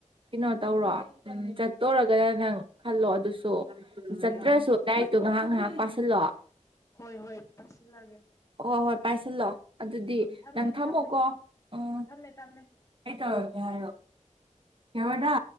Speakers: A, on the right (about 40°); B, on the left (about 25°).
A: ꯀꯩꯅꯣ ꯇꯧꯔꯣ ꯎꯝ ꯆꯠꯇꯣꯔꯒꯅ ꯅꯪ ꯈꯜꯂꯣ ꯑꯗꯨꯁꯨ ꯆꯠꯇ꯭ꯔꯁꯨ
B: ꯎꯝ
A: ꯇꯥꯏꯔꯤꯛꯇꯣ ꯉꯥꯏꯍꯥꯛ ꯉꯥꯏꯍꯥꯛ ꯄꯥꯁꯤꯜꯂꯣ
B: ꯍꯣꯏ ꯍꯣꯏ ꯄꯥꯁꯤꯜꯂꯒꯦ
A: ꯍꯣꯏ ꯍꯣꯏ ꯄꯥꯏꯁꯤꯜꯂꯣ ꯑꯗꯨꯗꯤ
B: ꯊꯝꯃꯦ
A: ꯅꯪ ꯊꯝꯃꯣꯀꯣ
B: ꯊꯝꯃꯦ
A: ꯎꯝ
B: ꯑꯣ ꯊꯝꯃꯦ ꯊꯝꯃꯦ
A: ꯑꯩ ꯇꯔꯛꯀꯦ ꯍꯥꯏꯌꯣ ꯌꯧꯔꯗ